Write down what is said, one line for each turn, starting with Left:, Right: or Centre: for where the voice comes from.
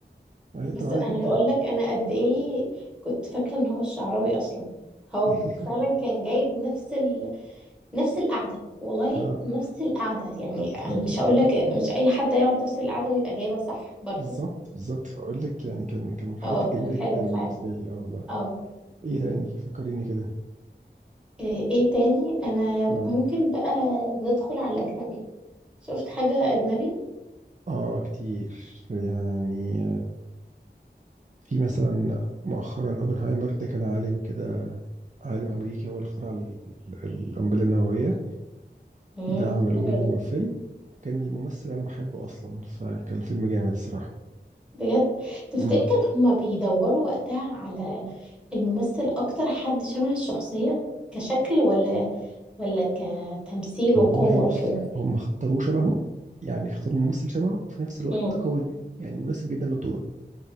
Right: هيقدر
Centre: بس
Right: عادي
Centre: انا
Right: جدا
Centre: بقول لك انا قد ايه كنت فاكره ان هو الشعراوي اصلا هو
Right: <laughs>
Centre: ب- فعلا كان جايب نفس ال... نفس القعده والله
Right: اه
Centre: نفس القعده يعني
Right: ايوه
Centre: مش هقول
Right: اه
Centre: لك
Right: اه
Centre: مش اي حد يقعد نفس القعده ويبقى جايبها صح برضو
Right: بالظبط بالظبط فاقول لك يعني كان كان من الحاجات
Centre: اه
Right: الجميله
Centre: كان
Right: جدا
Centre: حلو
Right: بالنسبه
Centre: فعلا
Right: لي اه والله
Centre: اه
Right: ايه تاني فكريني كده
Centre: ايه إيه تاني انا
Right: اه
Centre: ممكن بقى ندخل على اجنبي شفت حاجه اجنبي
Right: اه كتير يعني في مثلا مؤخرا اوبنهايمر ده كان عالم كده عالم امريكي هو اللي اخترع ال- القنبله النوويه
Centre: امم
Right: ده عملوا
Centre: حلو
Right: له
Centre: ده.
Right: فيلم وكان الممثل انا بحبه اصلا فكان فيلم جامد الصراحه
Centre: بجد تفتكر
Right: امم
Centre: هما بيدوروا وقتها على الممثل اكتر حد شبه الشخصيه كشكل ولا ولا كتمثيل
Right: والله
Centre: وقوة
Right: بص
Centre: وكده
Right: هم اختاروه شبهه يعني اختاروا ممثل شبهه وفي نفس الوقت
Centre: امم
Right: قوي يعني مناسب جدا للدور